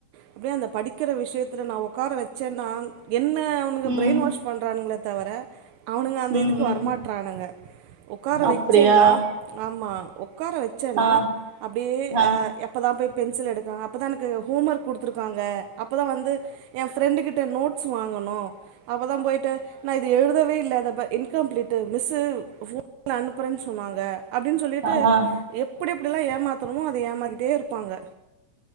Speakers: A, on the right; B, on the right.
A: அப்டியே அந்த படிக்கிற விஷயத்ல நா உக்கார வச்சேன்னா என்ன அவனுங்க
B: ம்
A: ப்ரெயின் வாஷ் பண்றானுங்ளே தவிர அவனுங்க அந்த
B: ம்
A: இதுக்கு
B: ம்
A: வரமாட்டறானுங்க உக்கார
B: அப்படியா
A: வச்சேன்னா ஆமா உக்கார சன்னா
B: ஆ
A: அப்டியே
B: ஆ
A: எப்போதா போய் பென்சில் எடுக்றாங்க அப்போதா எனக்கு ஹோம் ஒர்க் குடுத்துருக்காங்க அப்பதா வந்து என் ஃப்ரெண்டு கிட்ட நோட்ஸ் வாங்கணும அப்பதா பொய்ட்டு நா இது எழுதவே இல்ல அத ப இன்கம்ப்ளீட்டு மிஸ்சு ஃபோன்ல அனுப்புறேன் சொன்னாங்க அப்டின்னு சொல்லிட்டு
B: ஆ ஆ
A: எப்டி எப்டிலா ஏமாத்தணுமோ அத ஏமாக்கிட்டே இருப்பாங்க